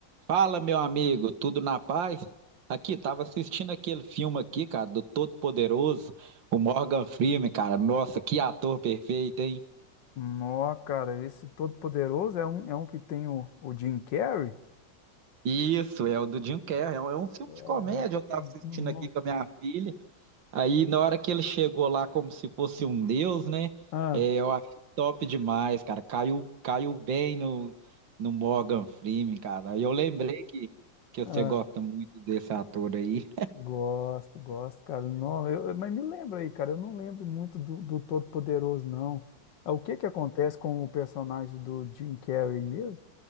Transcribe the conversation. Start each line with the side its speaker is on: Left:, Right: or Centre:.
Right: Fala, meu amigo, tudo na paz? Aqui, tava assistindo aquele filme aqui, cara, do Todo-Poderoso, o Morgan Freeman, cara. Nossa, que ator perfeito, hein?
Left: Nó, cara, esse Todo-Poderoso é um, é um que tem o, o Jim Carrey?
Right: Isso, é o do Jim Carrey, é um é um filme
Left: Ai,
Right: de comédia, eu tava
Left: ai,
Right: assistindo
Left: nó.
Right: aqui com a minha filha. Aí, na hora que ele chegou lá como se fosse um deus, né?
Left: Ah,
Right: É, eu achei top demais, cara. Caiu, caiu bem no, no Morgan Freeman, cara. Aí eu lembrei que, que
Left: ah,
Right: você gosta muito desse ator aí.
Left: gosto, gosto, cara. Não, eu, eu- mas me lembra aí, cara, eu não lembro muito do, do Todo-Poderoso, não. Ah, O que que acontece com o personagem do Jim Carrey mesmo?